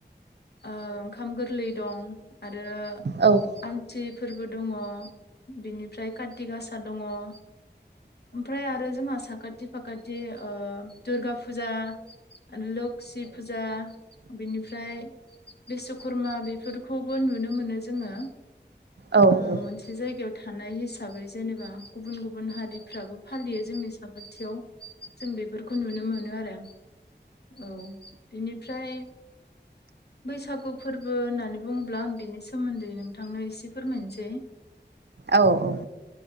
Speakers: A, on the left (about 65°); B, on the right (about 65°).
A: ओ ओंखाम गोरलै दं आरो
B: औ
A: आमथि फोरबो दङ बिनिफ्राय काति गासा दङ आमफ्राय आरो जोंहा साखाथि माखासे ओ दुर्गा फुजा लखि फुं लोसि फुजा बिनिफ्राय बिस्वकुर्मा बेफोरखौबो नुनो मोनो जोङो
B: औ
A: ओ मोनसे जायगायाव थानाय हिसाबै बा गुबुन गुबुन हारिफ्राबो फालियो जोंनि साखाथिआव जों बेफोरखौ नुनो मोनो आरो औ इनिफ्राय बैसागु फोरबो होननानै बुङोब्ला आं बिनि सोमोन्दै नोंथांनो एसे फोरमायसै
B: औ औ